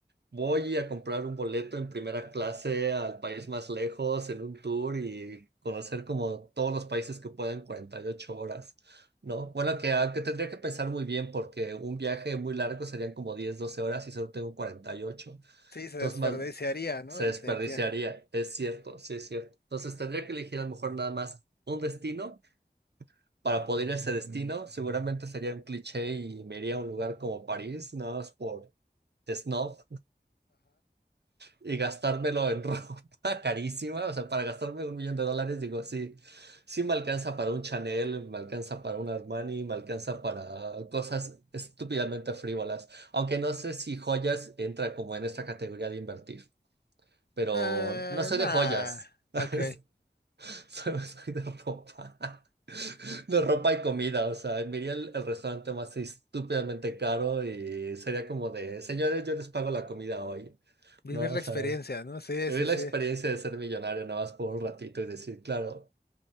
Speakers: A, on the right; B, on the left.
A: voy a comprar un boleto en primera clase al país más lejos en un tour y conocer como todos los países que pueda en 48 horas, ¿no? Bueno, que, ah, que tendría que pensar muy bien porque un viaje muy largo serían como 10 12 horas y solo tengo cuarenta y ocho
B: Sí, se
A: entonces
B: desperdiciaría,
A: más
B: ¿no?
A: se
B: El,
A: desperdiciaría,
B: el día.
A: es cierto, sí es cierto. Entonces tendría que elegir a lo mejor nada más un destino. Para poder ir a ese destino, seguramente sería un cliché y me iría a un lugar como París, nada más por snob, y gastármelo en <laughs> ropa carísima, o sea, para gastarme un millón de dólares, digo, sí, sí me alcanza para un Chanel, me alcanza para un Armani, me alcanza para cosas estúpidamente frívolas, aunque no sé si joyas entra como en esta categoría de invertir. pero
B: Ah,
A: no soy
B: nah.
A: de joyas, ¿sabes?
B: Ok.
A: <laughs> Solo soy de ropa, <laughs> de ropa y comida, o sea, me iría al al restaurante más estúpidamente caro y sería como de, señores, yo les pago la comida hoy,
B: Vivir
A: ¿no? O
B: la experiencia,
A: sea,
B: ¿no? Sí,
A: vivir
B: sí, sí.
A: la experiencia de ser millonario nada más por un ratito y decir, claro,